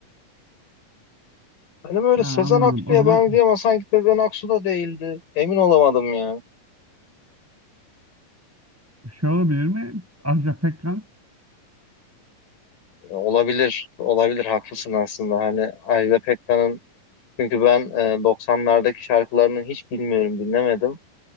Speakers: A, on the left (about 70°); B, in the centre.
A: Hani böyle
B: Ha,
A: Sezen
B: anladım.
A: Aksu'ya
B: O zaman
A: benziyor ama sanki Sezen Aksu da değildi. Emin olamadım ya.
B: şey olabilir mi? Ajda Pekkan.
A: E, olabilir. Olabilir. Haklısın aslında. Hani Ajda Pekkan'ın çünkü ben e, 90'lardaki şarkılarını hiç bilmiyorum, dinlemedim.